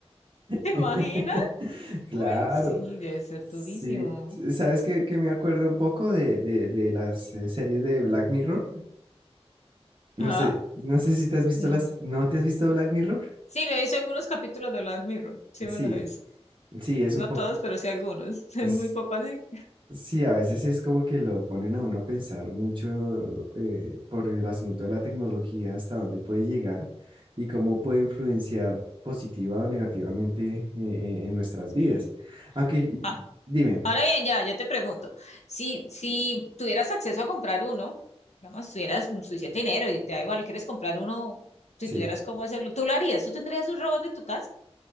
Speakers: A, on the right; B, on the left.
A: <laughs>
B: ¿Te imaginas?
A: Claro,
B: Uy, sí, debe ser
A: sí.
B: durísimo.
A: S- ¿Sabes qué, qué me acuerdo un poco de, de, de las eh, series de Black Mirror? No
B: Ajá,
A: sé, no sé si te has visto
B: no.
A: las... ¿No te has visto Black Mirror?
B: Sí, me he visto algunos capítulos de Black Mirror, sí
A: Sí,
B: me los he visto.
A: sí, es
B: No
A: un poco...
B: todos, pero sí algunos. <laughs> Es
A: es-
B: muy poco así.
A: sí, a veces es como que lo ponen a uno a pensar mucho eh, por el asunto de la tecnología, hasta dónde puede llegar y cómo puede influenciar positiva o negativamente eh, eh, en nuestras
B: Sí.
A: vidas. Aunque, y-
B: Ah,
A: dime,
B: ahora bien, ya, yo te pregunto, si, si tuvieras acceso a comprar uno, digamos, tuvieras suficiente dinero y te da igual, quieres comprar uno, si
A: sí.
B: tuvieras cómo hacerlo, ¿tú lo harías? ¿Tú tendrías un robot de tu casa?